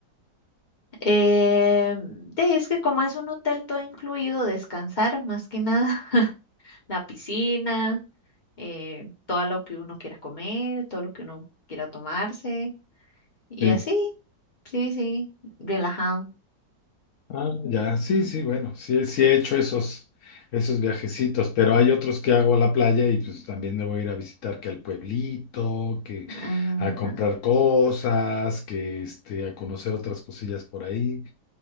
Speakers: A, on the left; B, on the left.
A: Eh, de- es que como es un hotel todo incluido, descansar más que nada, <laughs> la piscina, eh, todo lo que uno quiera comer, todo lo que uno quiera tomarse y
B: Sí.
A: así, sí, sí, relajado.
B: Ah, ya, sí, sí, bueno, sí, sí he hecho esos, esos viajecitos, pero hay otros que hago a la playa y pues también me voy a ir a visitar que al pueblito, que
A: Ajá.
B: a comprar cosas, que este, a conocer otras cosillas por ahí.